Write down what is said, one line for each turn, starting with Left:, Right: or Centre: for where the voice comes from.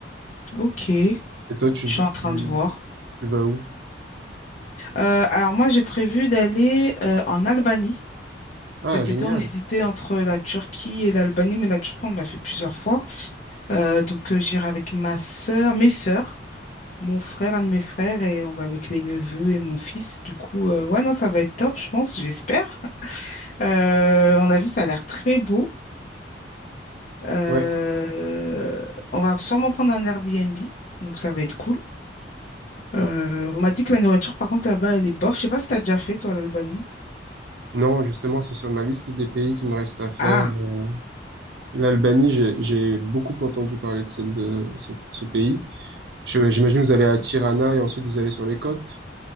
Left: Ok. Je
Right: Et toi, tu,
Left: suis en train
Right: tu,
Left: de voir.
Right: tu vas où?
Left: Euh, alors moi, j'ai prévu d'aller euh, en Albanie. Cet
Right: Ah, génial.
Left: été, on hésitait entre la Turquie et l'Albanie, mais la Turquie, on l'a fait plusieurs fois. Euh, donc, euh, j'irai avec ma sœur, mes sœurs. Mon frère, un de mes frères, et on va avec les neveux et mon fils. Du coup, euh, ouais, non, ça va être top, je pense, j'espère. Euh, on a vu, ça a l'air très beau. Euh,
Right: Ouais.
Left: on va sûrement prendre un Airbnb, donc ça va être cool. Euh, on m'a dit que la nourriture, par contre, là-bas, elle est bof. Je sais pas si t'as déjà fait, toi, l'Albanie.
Right: Non, justement, c'est sur ma liste des pays qui me reste à faire.
Left: Ah,
Right: Euh, l'Albanie, j'ai, j'ai beaucoup entendu parler de cette, de ce, ce pays. Je- J'imagine vous allez à Tirana et ensuite vous allez sur les côtes.